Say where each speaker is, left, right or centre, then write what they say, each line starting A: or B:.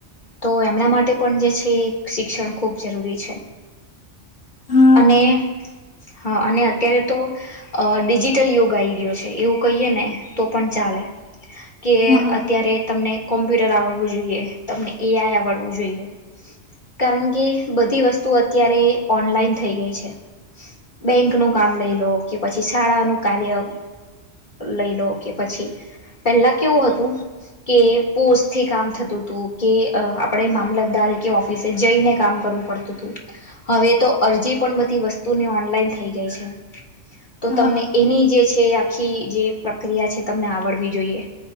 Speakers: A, on the left; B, on the left.
A: તો એમના માટે પણ જે છે એ શિક્ષણ ખૂબ જરૂરી છે
B: હા
A: અને હા અને અત્યારે તો અ ડિજિટલ યુગ આવી ગયો છે એવું કહીએ ને તો પણ ચાલે કે
B: હા
A: અત્યારે તમને કોમ્પ્યુટર આવડવું જોઈએ તમને એઆઈ આવડવું જોઈએ કારણ કે બધી વસ્તુઓ અત્યારે ઓનલાઈન થઈ ગઈ છે બેંક નું કામ લઈ લો કે પછી શાળાનુંું કાર્ય લઈ લો કે પછી પેલા કેવું હતું કે પોસ્ટથી કામ થતું હતું કે અ આપડણે મામલતદાર ઓફિસે જઈને કામ કરવું પડતું હતું હવે તો અરજી પણ બધી વસ્તુની ઓનલાઈન થઈ ગઈ છે તો
B: હા
A: તમને એવી જે છે જે આખી જે પ્રક્રિયા છે તમને આવડવી જોઈએ